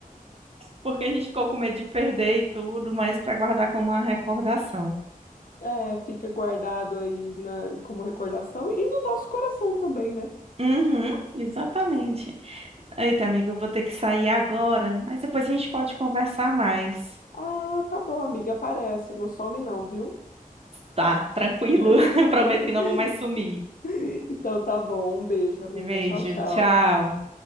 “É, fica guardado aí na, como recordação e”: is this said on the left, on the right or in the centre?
Left